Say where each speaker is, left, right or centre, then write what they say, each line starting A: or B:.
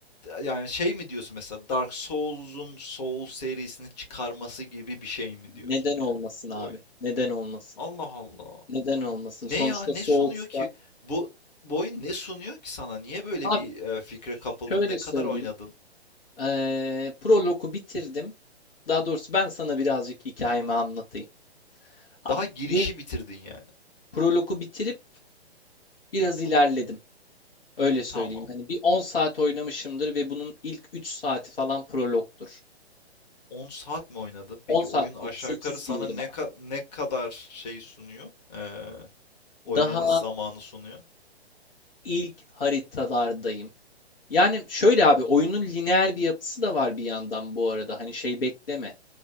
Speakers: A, on the left (about 40°); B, on the left (about 60°).
A: yani şey mi diyorsun mesela Dark Souls'un Soul serisini çıkarması gibi bir şey mi diyorsun
B: neden olmasın
A: yani
B: abi?
A: bu oyun?
B: Neden olmasın?
A: Allah Allah.
B: Neden olmasın?
A: Ne
B: Sonuçta
A: ya ne
B: Souls'ta
A: sunuyor ki? Bu, bu oyun ne sunuyor ki sana? Niye böyle
B: abi
A: bir e, fikre kapıldın?
B: şöyle
A: Ne kadar
B: söyleyeyim.
A: oynadın?
B: Eee Prolog'u bitirdim. Daha doğrusu ben sana birazcık hikayemi anlatayım. Abi
A: Daha girişi
B: game,
A: bitirdin yani.
B: Prologu bitirip biraz ilerledim. Öyle söyleyeyim.
A: Tamam.
B: Hani bir 10 saat oynamışımdır ve bunun ilk 3 saati falan prologtur.
A: 10 saat mi oynadın? Peki
B: 10 saat
A: oyun aşağı
B: değil, 8
A: yukarı sana
B: diyelim
A: ne
B: abi.
A: ka- ne kadar şey sunuyor? Ee, oynanış
B: Daha
A: zamanı sunuyor.
B: ilk haritalardayım. Yani şöyle abi oyunun lineer bir yapısı da var bir yandan bu arada. Hani şey bekleme.